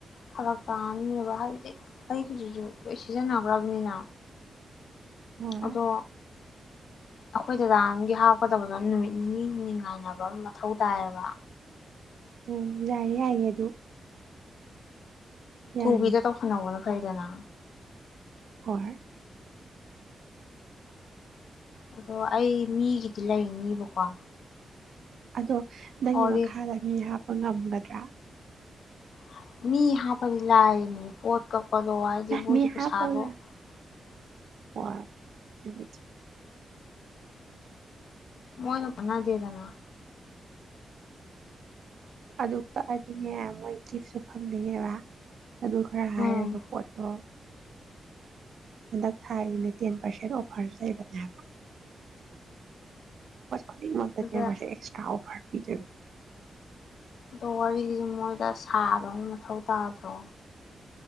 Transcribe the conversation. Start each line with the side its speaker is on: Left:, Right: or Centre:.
Left: ꯐꯔꯛ ꯇꯥꯅꯤꯕ ꯍꯥꯏꯕꯗꯤ ꯑꯩꯒꯤ ꯁꯤꯖꯤꯟꯅꯥꯈ꯭ꯔꯥꯕꯅꯤꯅ
Right: ꯍꯣꯏ
Left: ꯑꯗꯣ ꯑꯩꯈꯣꯏ ꯗꯗꯥꯝꯒꯤ ꯍꯥꯞꯀꯗꯕꯗꯣ ꯅꯨꯃꯤꯠ ꯅꯤꯅꯤ ꯍꯨꯝꯅꯤ ꯉꯥꯏꯅꯕ ꯃꯊꯧ ꯇꯥꯏꯌꯦꯕ
Right: ꯑꯣꯝ ꯌꯥꯏ ꯌꯥꯏ ꯑ ꯑꯗꯨ ꯌꯥꯏꯌꯦ
Left: ꯊꯨꯕꯤꯗ ꯇꯣꯐꯅ ꯋꯥꯅ ꯎꯐꯥꯏꯗꯅ
Right: ꯍꯣꯏ
Left: ꯑꯗꯣ ꯑꯩ ꯃꯤꯒꯤꯗꯤ ꯂꯩꯅꯤꯕꯀꯣ
Right: ꯑꯗꯣ ꯅꯪꯉ
Left: ꯑꯣꯗꯤ
Right: ꯃꯈꯥꯗꯅꯤ ꯍꯥ ꯑꯣꯅꯗ꯭ꯔꯥ
Left: <unintelligible> <unintelligible>
Right: ꯃꯤ ꯍꯥꯞꯄꯒ <unintelligible>
Left: ꯃꯣꯏꯅ ꯐꯅꯥꯗꯦꯗꯅ
Right: ꯑꯗꯨ ꯀꯛꯑꯗꯤꯅꯦ ꯃꯣꯏ ꯒꯤꯐꯁꯨ ꯐꯪꯗꯣꯏꯅꯦꯕ ꯑꯗꯨ ꯈꯔ ꯍꯥꯏꯔꯒ
Left: ꯎꯝ
Right: ꯄꯣꯠꯇꯣ ꯍꯟꯗꯛ ꯊꯥꯏꯒꯤꯅ ꯇꯦꯟ ꯄꯥꯔꯁꯦꯟ ꯑꯣꯐꯔ ꯂꯩꯕꯅꯦꯕ ꯑꯅꯤ ꯃ ꯀꯌꯥ
Left: ꯑꯗ
Right: ꯄꯔꯁꯦ ꯑꯦꯛꯁꯇ꯭ꯔꯥ ꯑꯣꯐꯔ ꯄꯆꯔ
Left: ꯑꯗꯣ ꯋꯥꯔꯤꯒꯤꯁꯨ ꯃꯣꯏꯗ ꯁꯥꯕ ꯑꯃ ꯃꯊꯧ ꯇꯥꯗ꯭ꯔꯣ